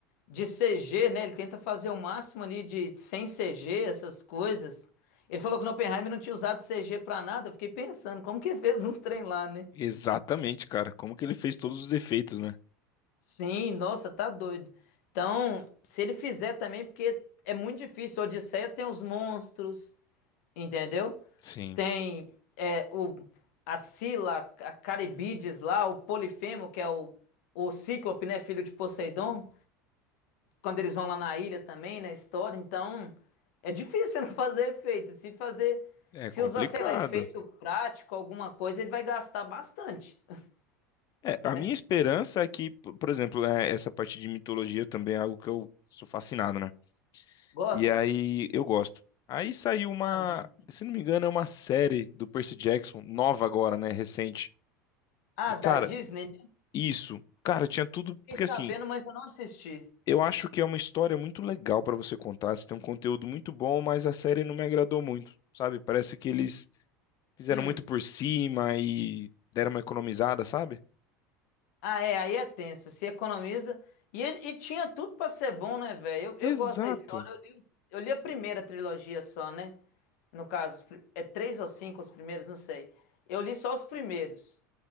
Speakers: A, on the left; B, on the left.
A: de CG, né? Ele tenta fazer o máximo ali de sem CG, essas coisas. Ele falou que o Oppenheimer não tinha usado CG pra nada. Eu fiquei pensando, como que ele <laughs> fez uns trem lá, né?
B: Exatamente, cara. Como que ele fez todos os defeitos, né?
A: Sim, nossa, tá doido. Então, se ele fizer também, porque é muito difícil. Odisseia tem os monstros, entendeu?
B: Sim.
A: Tem é, o, a Scylla, a Caribides lá, o Polifemo, que é o, o Cíclope, né, filho de Poseidon. quando eles vão lá na ilha também, na história. Então, é difícil <laughs> você não fazer efeito. Se fazer,
B: É
A: se
B: complicado.
A: usar, sei lá, efeito prático, alguma coisa, ele vai gastar bastante, <laughs>
B: É, a
A: né?
B: minha esperança é que, p- por exemplo, né, essa parte de mitologia também é algo que eu sou fascinado, né?
A: Gosta?
B: E aí eu gosto. Aí saiu uma,
A: Também.
B: se não me engano, é uma série do Percy Jackson, nova agora, né? Recente.
A: Ah,
B: E,
A: da
B: cara,
A: Disney, né?
B: isso, cara, tinha tudo,
A: Fiquei
B: porque
A: sabendo,
B: assim,
A: mas eu não assisti.
B: eu acho que é uma história muito legal pra você contar. Você tem um conteúdo muito bom, mas a série não me agradou muito, sabe? Parece que eles fizeram
A: Hum.
B: muito por cima e deram uma economizada, sabe?
A: Ah, é, aí é tenso, se economiza. E, e tinha tudo pra ser bom, né, velho? Eu,
B: Exato.
A: eu gosto da história, eu li, o- eu li a primeira trilogia só, né? No caso, os pri- é três ou cinco os primeiros, não sei. Eu li só os primeiros.